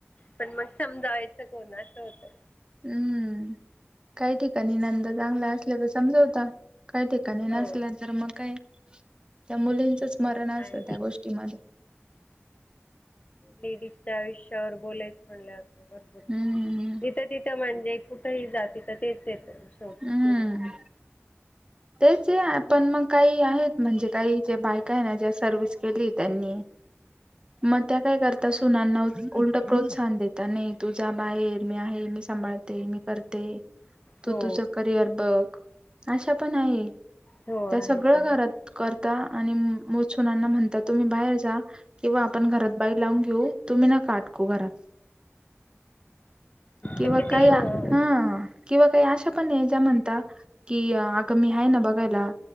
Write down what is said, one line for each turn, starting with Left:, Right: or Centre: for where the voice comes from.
Left: पण मग समजावयचं कोण असं होतं.
Right: हम्म काही ठिकाणी नंदा चांगल्या असल्या तर समजवता. काही ठिकाणी
Left: हो
Right: नसल्या तर मग काय त्या मुलींचंचमरण असत
Left: आहे
Right: त्या गोष्टीमध्ये
Left: लेडीजच्या आयुष्यावर बोलायच म्हणल्यावर तर भरपूर
Right: हम्म
Left: इथं तिथं म्हणजे कुठेही जा तिथं तेच येत शेवट
Right: हम्म
Left: फिरून फिरून
Right: तेच अ आपण मग काही आहेत म्हणजे काही जे बायका आहे ना ज्या सर्विस केली त्यांनी मग त्या काय करता सुनांना उलट प्रोत्साहन देता नाही तू जा बाहेर मी आहे मी स सांभाळते मी करते. तू
Left: हो
Right: तुझं करिअर बघ अशा पण आहे
Left: हो आहेत
Right: त्या सगळ्या
Left: आहेत
Right: घरात करता आणि मुछुनांना म्हणता तुम्ही बाहेर जा. किंवा आपण घरात बाई लावून घेऊ तुम्ही नका आटकू घरात किंवा
Left: ते किती
Right: काही
Left: हो
Right: हा किंवा काही अशा पण आहे ज्या म्हणता कि अगं मी आहे ना बघायला.